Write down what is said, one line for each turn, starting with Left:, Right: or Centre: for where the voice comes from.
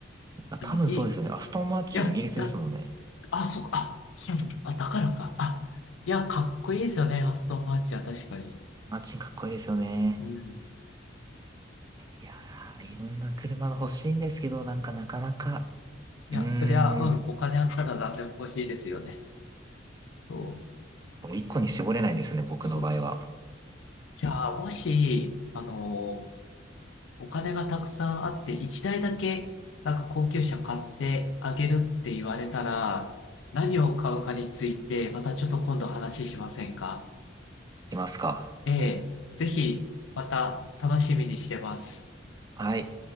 Right: あ、
Left: でも、
Right: 多分そうですよね。
Left: いい。い
Right: アストンマーチンイギリスですもんね。
Left: や、いや、あ、そっか、あ、そうなんだ。あ、だからか。あ、いや、かっこいいですよね、アストンマーチンは確かに。
Right: マーチンかっこいいですよね。
Left: うん。
Right: いやー、いろんな車が欲しいんですけど、なんかなかなか、
Left: いや、
Right: うー
Left: そりゃ、うん、
Right: ん、
Left: お金あったら何でも欲しいですよね。そう、
Right: 一個に絞れないんですよね、僕の場合は。
Left: そう。じゃあ、もし、あの、お金がたくさんあって、一台だいだけ、なんか高級車買ってあげるって言われたら、何を買うかについて、またちょっと今度話しませんか
Right: しますか。
Left: ええ、ぜひ、また楽しみにしてます。
Right: はい。